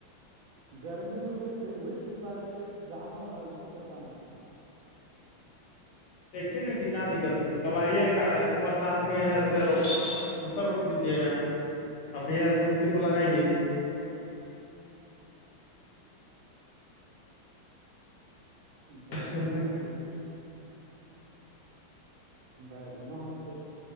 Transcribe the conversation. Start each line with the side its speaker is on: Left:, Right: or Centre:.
Right: گرمی میں روپے تھے وہی چرواائے سے جامل ہے اسی کا دانا
Left: دیکھیے نا جی کہاں دقت ہے س کبااریا کا کال ہے سو برسات میں روکنا ہوگ تو دوسر دیجیے گا ابھی یہ سے اسی کو لگائیے
Right: بگن
Left: تو میں
Right: اھی بیگن ہےسے